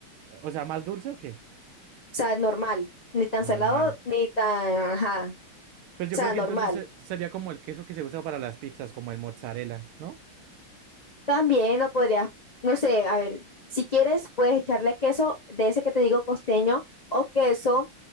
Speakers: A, on the right; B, on the left.
A: O sea, ¿más dulce o qué?
B: sea, normal. Ni tan
A: Normal.
B: salado, ni tan... Ajá. O
A: Pues yo
B: sea,
A: creo que
B: normal.
A: entonces eh, sería como el queso que se usa para las pizzas, como el mozzarella, ¿no?
B: También no podrías, no sé, a ver, si quieres puedes echarle queso de ese que te digo costeño o queso